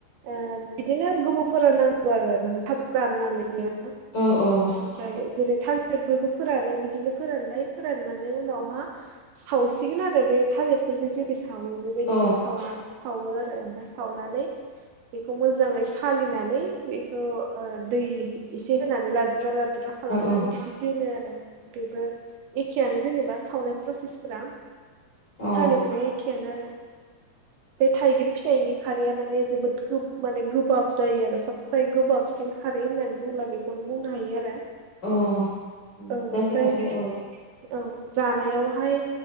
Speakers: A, on the right (about 75°); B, on the left (about 30°).
A: ओ बिदिनो गोबावफोरान नांगौ आरो। माने थाब राना नालाय बेयो।
B: औ औ
A: ओमफ्राय जेरै थालिरफोरखौ फोरानै बिदिनो फोरानबाय फोराननानै उनावहा सावसिगोन आरो बे थालिरफोरखौ जेरै सावो बेबायदिनो
B: औ
A: सावना सावो आरो ओमफाय सावनानै बेखौ मोजाङै सालिनानै बेखौ ओ दै एसे होनानै लाद्रा लाद द्रा खालामनानै
B: औ
A: बिदि दोनो आरो। बेबो एखेयानो जेनेबा सावनाय प्रसेसफोरा
B: औ
A: थालिर जो एखेआनो आरो।
B: <inaudible>
A: बे थाइगिर फिनायनि खारैया माने जोबोद गोब माने गोबाब जायो आरो। सबसेाय गोबाबसिन खारै होननानै बुंब्ला बेखौनो बुंनो हायो आरो।
B: औ मोनजाफेराखै
A: औ ओमफ्राय
B: औ
A: औ जानायावहाय